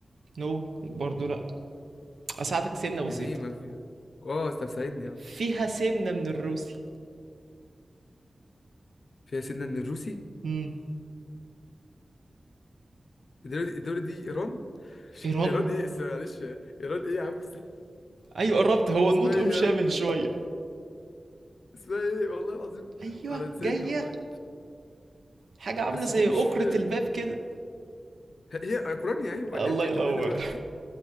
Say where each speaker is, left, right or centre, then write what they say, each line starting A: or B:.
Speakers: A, on the right; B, on the left.
A: نو برضو لا اساعدك سنة بسيطة
B: يعني ايه ما في اه طب ساعدني اه
A: فيها سنة من الروسي
B: فيها سنة من الروسي
A: امم
B: الدولة دي الدولة دي ايران <laughs> مش-
A: ايران
B: ايران ايه اسمها معلش ايران ايه يا عم اس-
A: ايوه قربت هو النطق
B: اسمها ايه
A: مشابه
B: يا عم
A: شوية
B: ال- اسمها ايه والله العظيم
A: ايوه
B: على لساني
A: جاية
B: والله
A: حاجة عاملة
B: بس
A: زي
B: دي مش
A: أكرة
B: في
A: الباب كده
B: هي هي اوكرانيا ايوه
A: الله
B: اللي هي بتحتلها
A: ينور
B: دلوقتي